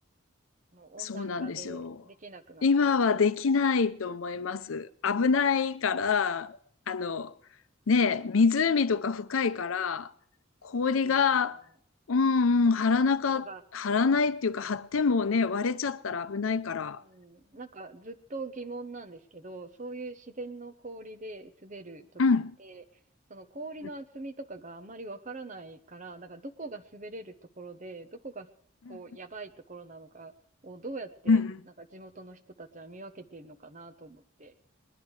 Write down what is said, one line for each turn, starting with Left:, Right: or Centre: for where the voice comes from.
Right: もう温暖化でできなくなっちゃった。
Left: そうなんですよ。今はできないと思います。危ないから、あの、ねえ、湖とか深いから、氷が、
Right: そうですよね。
Left: うんうん、張らなか、
Right: なんか
Left: 張らないっていうか、張ってもね、割れちゃったら危ないから、
Right: うん、なんかずっと疑問なんですけど、そういう自然の氷で滑るときって、
Left: うん、
Right: その氷の厚みとかがあまりわからないから、
Left: うん
Right: なんかどこが滑れるところで、どこがこうやばいところなのかをどうやってなんか地元の人たちは見分けてるのかなと思って。
Left: うんうんうん